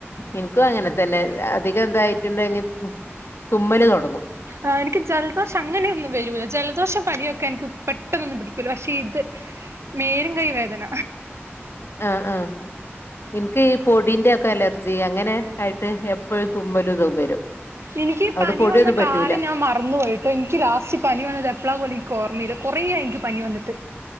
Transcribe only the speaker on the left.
എനിക്കും അങ്ങനെ തന്നെ അധികം ന്തായിട്ടുണ്ടെങ്കി തുമ്മല് തൊടങ്ങും
ആഹ് ആഹ് ഇൻക്ക് ഈ പൊടീന്റൊക്കെ അലർജി അങ്ങനെ ആയിട്ട് എപ്പഴും തുമ്മലും തും വരും.
അതോണ്ട്
പൊടിയൊന്നും
പറ്റൂല